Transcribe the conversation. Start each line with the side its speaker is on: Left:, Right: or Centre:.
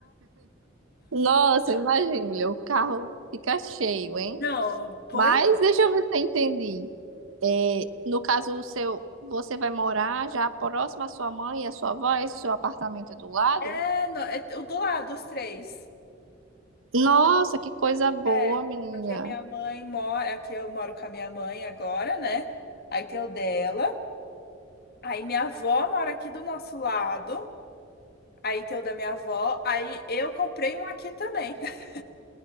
Right: Nossa, imagina, mulher, o carro fica cheio, hein?
Left: Não, pois
Right: Mas deixa eu ver se eu entendi. É, no caso, o seu, você vai morar já próximo à sua mãe e à sua avó, esse seu apartamento é do lado?
Left: É, não, é o do lado, os três.
Right: Nossa, que coisa boa,
Left: É,
Right: menina.
Left: porque minha mãe mora. Aqui eu moro com a minha mãe agora, né? Aí tem o dela. Aí minha avó mora aqui do nosso lado. Aí tem o da minha avó. Aí eu comprei um aqui também. <laughs>